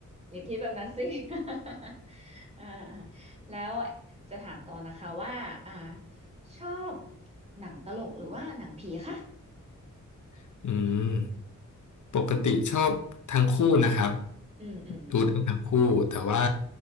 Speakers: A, on the right; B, on the left.
A: อย่าคิดแบบนั้นสิ <laughs> อ่าแล้วจะถามต่อนะคะว่า อ่าชอบหนังตลกหรือว่าหนังผีคะ
B: <laughs> อืมปกติชอบทั้งคู่นะครับ
A: อืม อืมอม
B: ดูหนังทั้งคู่แต่ว่า